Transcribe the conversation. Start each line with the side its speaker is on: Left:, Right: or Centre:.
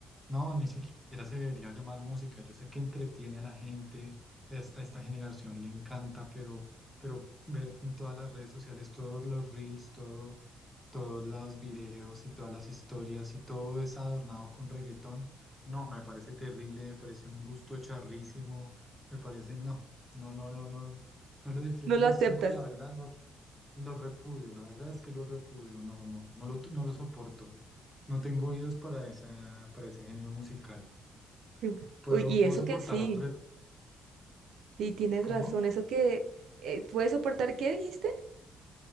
Centre: no, ni siquiera se debería llamar música. Yo sé que entretiene a la gente, es- a esta generación le encanta, pero, pero ver en todas las redes sociales todos los reels, todo, todos los videos y todas las historias y todo es adornado con reggaetón, no, me parece terrible, me parece un gusto charrísimo, me parece, no, no, no, no, no. No lo disfruto
Right: No lo
Centre: ni
Right: aceptas.
Centre: cinco y la verdad no lo repudio, la verdad es que lo repudio, no, no, no lo, no lo soporto. No tengo oídos para esa, para ese género musical.
Right: Sí.
Centre: Puedo,
Right: Uy, y
Centre: puedo
Right: eso
Centre: soportar
Right: que sí,
Centre: otro,
Right: sí, tienes
Centre: ¿cómo?
Right: razón, eso que eh, puedes soportar, ¿qué dijiste?